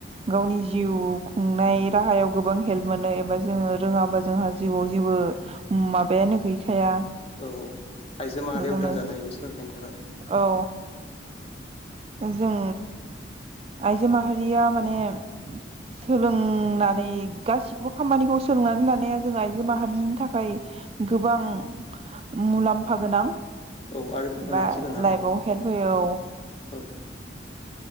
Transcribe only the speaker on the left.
औ आइजो माहारिया
उदां जानो हायो सोलोंथाइनि थाखाय
औ आरो गोनांथि
गोनां
औ